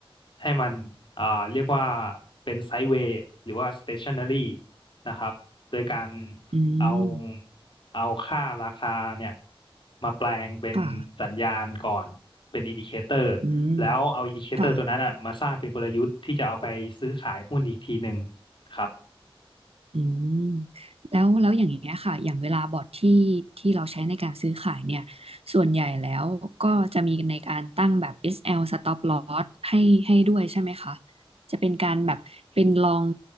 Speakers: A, on the left (about 55°); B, on the right (about 85°).
A: ให้มันอ่าเรียกว่าเป็นไซด์เวย์หรือว่า stationary นะครับโดยการ
B: อืม
A: เอาเอาค่าราคาเนี่ยมาแปลงเป็นสัญญาณก่อนเป็นอินดิเคเตอร์แล้วเอาอินดิเคเตอร์ตัวนั้นอ่ะมาสร้างเป็นกลยุทธ์ที่จะเอาไปซื้อขายหุ้นอีกทีหนึ่ง
B: ค่ะอืมค่ะ
A: ครับ
B: อืมแล้วแล้วอย่างเงี้ยค่ะอย่างเวลาบอทที่ที่เราใช้ในการซื้อขายเนี่ยส่วนใหญ่แล้วก็จะมีในการตั้งแบบ SL Stop Loss ให้ให้ด้วยใช่ไหมคะจะเป็นการแบบเป็นลอง